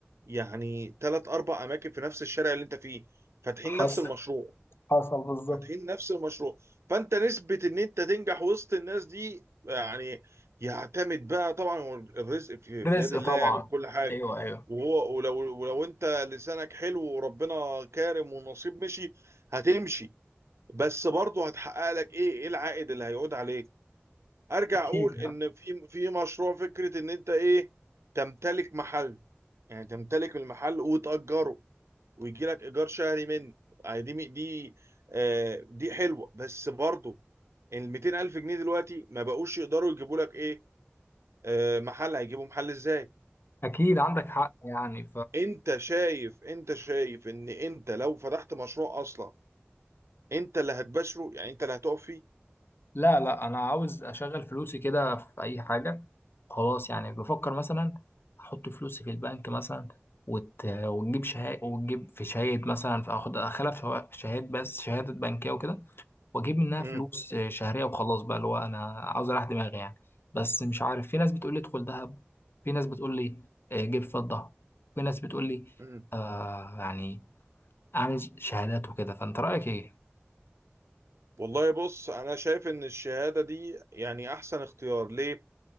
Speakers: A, on the right; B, on the left.
A: يعني ثلاث اربع اماكن في نفس الشارع اللي انت فيه فاتحين
B: حصل
A: نفس المشروع
B: حصل بالظبط
A: فاتحين نفس المشروع فانت نسبة ان انت تنجح وسط الناس دي يعني يعتمد بقى طبعا هو الرزق في,
B: رزق
A: في يد الله
B: طبعا
A: يعني وكل حاجة
B: ايوه ايوه
A: وهو ولو ولو انت لسانك حلو وربنا كارم والنصيب مشي هتمشي بس برضه هتحقق لك ايه ايه العائد اللي هيعود عليك ارجع
B: اكيد
A: اقول ان في في مشروع فكره ان انت ايه تمتلك محل يعني تمتلك المحل وتأجره ويجي لك ايجار شهري منه يعني دي دي آه دي حلوه بس برضه ال 200 الف جنيه دلوقتي ما بقوش يقدروا يجيبوا لك ايه آه محل هيجيبوا محل ازاي
B: اكيد عندك حق يعني
A: فانت شايف انت شايف ان انت لو فتحت مشروع اصلا انت اللي هتبشره يعني انت اللي هتقف فيه
B: لا لا انا عاوز اشغل فلوسي كده في اي حاجه خلاص يعني بفكر مثلا احط فلوسي في البنك مثلا وت... وتجيب شهاده وتجيب في شهاده مثلا فاخد اخلها في شوا- في شهاده بس شهاده بنكيه وكده واجيب منها
A: مم.
B: فلوس شهريه وخلاص بقى اللي هو انا عاوز اريح دماغي يعني بس مش عارف في ناس بتقول لي ادخل ذهب في ناس بتقول لي آه، جيب فضه في ناس بتقول لي
A: مم.
B: آه يعني اعمل شهادات وكده فانت رايك ايه؟
A: والله بص انا شايف ان الشهاده دي يعني احسن اختيار ليه